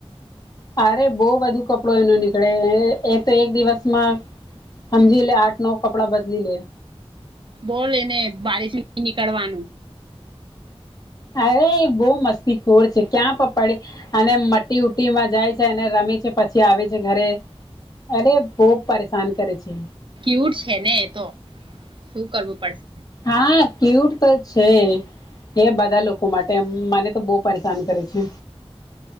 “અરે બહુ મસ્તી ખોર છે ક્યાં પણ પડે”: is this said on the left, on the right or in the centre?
Left